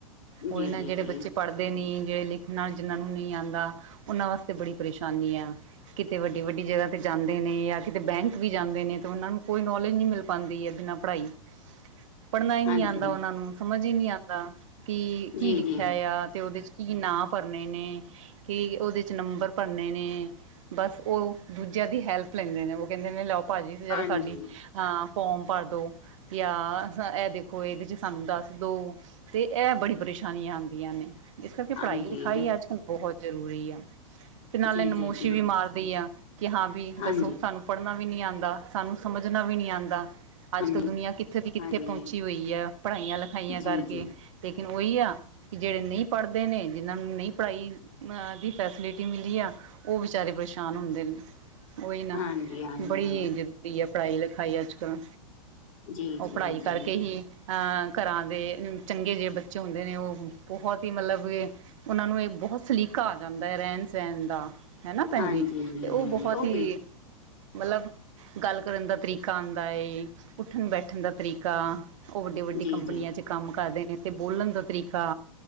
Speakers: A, on the right; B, on the left.
A: ਉਹ
B: ਜੀ
A: ਇਹ ਨਾ
B: ਜੀ
A: ਜਿਹੜੇ
B: ਜੀ
A: ਬੱਚੇ ਪੜ੍ਹਦੇ ਨਹੀਂ ਜਿਹੜੇ ਲਿਖਣ ਨਾਲ ਜਿਹਨਾਂ ਨੂੰ ਨਹੀਂ ਆਉਂਦਾ ਉਹਨਾਂ ਵਾਸਤੇ ਬੜੀ ਪਰੇਸ਼ਾਨੀ ਆ। ਕਿਤੇ ਵੱਡੀ, ਵੱਡੀ ਜਗ੍ਹਾ 'ਤੇ ਜਾਂਦੇ ਨੇ ਜਾਂ ਕਿਤੇ ਬੈਂਕ ਵੀ ਜਾਂਦੇ ਨੇ ਤਾਂ ਉਹਨਾਂ ਨੂੰ ਕੋਈ ਨੌਲੇਜ ਨਹੀਂ ਮਿਲ ਪਾਦੀ ਹੈ ਬਿਨਾਂ ਪੜ੍ਹਾਈ ਪੜ੍ਹਨਾ ਹੀ ਨਹੀ
B: ਹਾਂਜੀ
A: ਆਉਂਦਾ ਉਹ ਨੂੰ ਸਮਝ ਹੀ ਨਹੀਂ ਆਉਂਦਾ ਕਿ
B: ਜੀ
A: ਕੀ ਲਿਖਿਆ
B: ਜੀ
A: ਆ ਤੇ ਉਹਦੇ ਚ ਕੀ ਨਾਂ ਭਰਨੇ ਨੇ ਕੀ ਉਹਦੇ ' ਨੰਬਰ ਭਰਨੇ ਨੇ ਬਸ ਉਹ ਦੂਜਿਆਂ ਦੀ ਹੈਲਪ ਲੈਂਦੇ ਨੇ ਉਹ ਕਹਿੰਦੇ ਨੇ ਲ ਭਾਜੀ ਜਿਹੜਾ
B: ਹਾਂਜੀ
A: ਸਾਡੀ ਹਾਂ ਫੋਮ ਭਰ ਦੋ ਜਾਂ ਇਹ ਦੇਖੋ ਇਹਦੇ ਚ ਸਾਨੂੰ ਦੱਸ ਦੋ ਤੇ ਇਹ ਬੜੀ ਪਰੇਸ਼ਾਨੀਆਂ ਆਂਦੀਆਂ। ਨੇ ਇਸ ਕਰਕੇ ਪੜ੍ਹਾਈ
B: ਹਾਂਜੀ
A: ਲਿਖਾਈ ਅੱਜ ਕੱਲ ਬਹੁਤ ਜ਼ਰੂਰੀ ਆ। ਤੇ ਨਾਲੇ
B: ਜੀ
A: ਨਮੋਸ਼ੀ
B: ਜੀ ਜੀ
A: ਵੀ ਮਾਰਦੀ ਆ ਕਿ ਹਾਂ ਵੀ
B: ਹਾਂਜੀ
A: ਦੱਸੋ ਸਾਨੂੰ ਪੜ੍ਹਨਾ ਵੀ ਨੀ ਆਉਂਦਾ ਸਾਨੂੰ ਸਮਝਣਾ ਵੀ ਨਹੀਂ ਆਉਂਦਾ। ਅੱਜ
B: ਹਾਂਜੀ
A: ਕੱਲ੍ਹ ਦੁਨੀਆਂ ਕਿੱਥੇ ਦੀ ਕਿੱਥੇ
B: ਹਾਂਜੀ
A: ਪਹੁੰਚੀ ਹੋਈ ਹੈ ਪੜ੍ਹਾਈਆਂ ਲਿਖਾਈਆਂ ਕਰਕੇ
B: ਜੀ ਜੀ
A: ਲੇਕਿਨ ਉਹੀ ਆ ਕਿ ਜਿਹੜੇ ਨਹੀਂ ਪੜ੍ਹਦੇ ਨੇ ਜਿਹਨਾਂ ਨੂੰ ਨਹੀਂ ਪੜ੍ਹਾਈ ਅ ਦੀ ਫੈਸਲਿਟੀ ਮਿਲੀ ਜਾ ਉਹ ਵਿਚਾਰੇ ਪਰੇਸ਼ਾਨ ਹੁੰਦੇ ਨੇ ਉਹੀ ਨਾ
B: ਹਾਂਜੀ ਹਾਂਜੀ
A: ਬੜੀ ਜ਼ਰੂਰੀ ਹੈ ਪੜ੍ਹਾਈ ਲਿਖਾਈ ਅੱਜ ਕੱਲ
B: ਜੀ
A: ਉਹ ਪੜ੍ਹਾਈ
B: ਜੀ
A: ਕਰਕੇ
B: ਜੀ
A: ਹੀ ਹਾ ਘਰਾਂ ਦੇ ਚੰਗੇ ਜਿ ਬੱਚੇ ਹੁੰਦੇ ਨੇ ਉਹ ਬਹੁਤ ਹੀ ਮਤਲਬ ਉਹਨਾਂ ਨੂੰ ਇਹ ਬਹੁਤ ਸਲੀਕਾ ਆ ਜਾਂਦਾ ਹੈ ਰਹਿਣ ਸਹਿਣ ਦਾ। ਹਨਾ ਭੈਣ
B: ਹਾਂਜੀ
A: ਜੀ ਤੇ ਉਹ ਬਹੁਤ ਹੀ
B: ਬਿਲਕੁਲ
A: ਮਤਲਬ ਗੱਲ ਕਰਨ ਦਾ ਤਰੀਕਾ ਆਉਂਦਾ ਉੱਠਣ ਬੈਠਣ ਦਾ ਤਰੀਕਾ ਉਹ ਵੱਡੇ ਵੱਡੀ
B: ਜੀ
A: ਕੰਪਨੀਆਂ
B: ਜੀ
A: ਚ ਕੰਮ ਕਰਦੇ ਨੇ ਤੇ ਬੋਲਣ ਦਾ ਤਰੀਕਾ